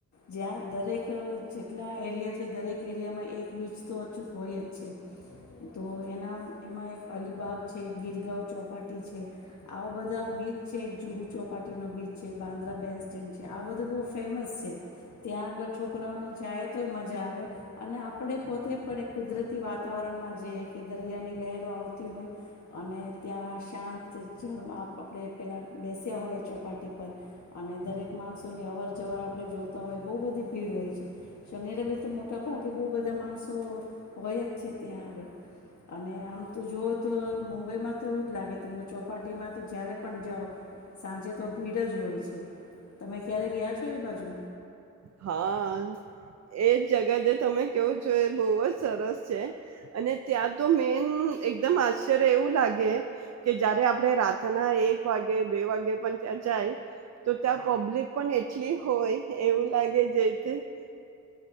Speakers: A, on the left; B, on the right.
A: જ્યાં દરેક. જેટલા એરિયા છે દરેક એરિયામાં એક. બીચ તો અચૂક હોય જ છે તો એના એમાં એક અલીિબાગ છે ગીરગાં ચોપાટી છે આવા બધા બીચ. છે એક જુહુ ચોપાટીનો બીચ છે બાંદ્રા બેસ સ્ટેન્ડ છે આ બધું બહુ ફેમસ છે ત્યાં આગળ છોકરાઓને જાય તોય મજા આવે અને આપણે પોતે પણ એક કુદરતી વાતાવરણમાં જઈએ કે દરિયાની લહેરો આવતી હોય અને ત્યાં શાંત જળ આપણે. પેલાં બેસ્યા હોય ચોપાટી પર અને દરેક માણસોની અવર જવર આપણે જોતા હોય બહુ બધી ભીડ હોય છે શનિ રવિ તો મોટાભાગે બહુ બધા માણસો હોય જ છે ત્યાં આગળ અને આમ તો જુઓ તો મુંબઈમાં તો એવું જ લાગે તમને ચોપાટીમાં તો જ્યારે. પણ જાઓ સાંજે તો ભીડ જ હોય છે તમે ક્યારે ગયા છો એ બાજુ.
B: હા એ જ જગા જે તમે કેવું છો એ બહુ જ સરસ છે અને ત્યાં તો મેન એકદમ આશ્ચર્ય એવું લાગે કે જયારે આપણે રાતના એક વાગે બે વાગે પણ ત્યાં જાય તો ત્યાં પબ્લિક પણ એટલી હોય એવું. લાગે જઈથી.